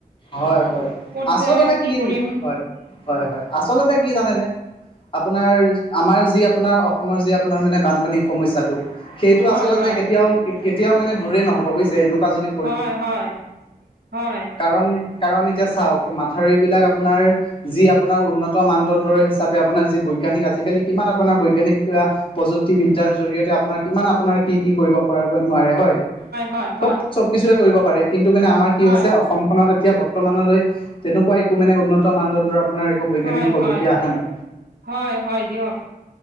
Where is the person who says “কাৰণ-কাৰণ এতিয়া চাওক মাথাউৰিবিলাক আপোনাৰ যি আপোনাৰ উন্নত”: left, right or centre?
Left